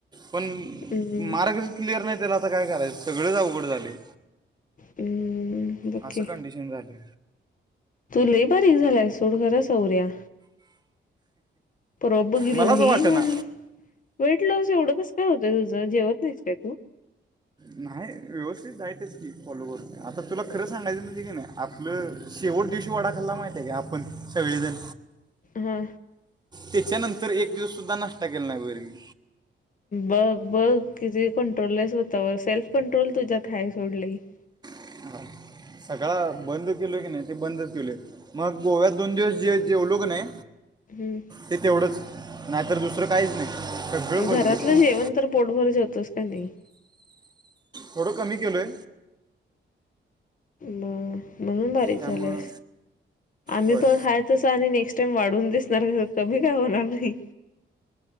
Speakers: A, on the right; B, on the left.
A: पण
B: हं,
A: मार्ग क्लिअर नाही त्याला आता काय करायचं सगळेच अवगड झालये.
B: हं, बघ
A: असं
B: की.
A: कंडिशन झालंय.
B: तू लई बारीक झालाय सोड खरं सौर्या. परवा बगीतला
A: मलाच वाटेना
B: हे म्हटलं वेटलॉस एवढं कस? काय होतंय तुझ जेवत नाहीस काय तू?
A: नाही व्यवस्थित डायटच की फॉलो करतो आता तुला खरं सांगायचं म्हणजे की नाही आपलं शे एवढ दिवशी वडाखाल्ला माहितय आहे का आपण सगळेजण
B: हा.
A: त्याच्यानंतर एक दिवस सुद्धा नाष्टता केला नाही वर मी
B: बघ बघ किती कंट्रोलय स्वतावर सेल्फ कंट्रोल तुझ्यात हाय सोडली. <inaudible>
A: आ. सकाळ बंद केलो की नाही ते बंदच केलय मग गोव्यात दोन दिवस जे जेवलो की नाही
B: हं,
A: ते तेवढंच नाहीतर दुसरं काहीच नाही सगळं बंद
B: घरातलं
A: केलं
B: जेवण तर पोटभर जेवतोस का नाही.
A: थोडं कमी केलोय.
B: म. म्हणून बारीक
A: त्यामुळं
B: झालेयस आम्ही
A: होय
B: बघ आहेतस आणि नेक्स्ट टाइम वाढून दिस तर कमी काय होणार नाही.